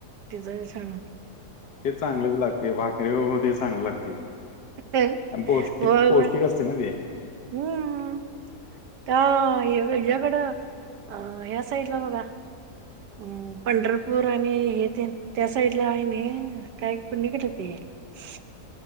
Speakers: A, on the right; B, on the left.
A: तिचं सांग
B: ते चांगलंच लागते भाकरी बरोबर ते चांगलं लागते.
A: हं?
B: आणि पौष्टिक,
A: होय
B: पौष्टिक
A: होय
B: असते ना ते
A: हम्म त्या ह्याकडं अ ह्या साईडला बघा ह्म्म पंढरपूर आणि हे त्या साईडला आहे ना काय कोणीकडे ते ह <unintelligible>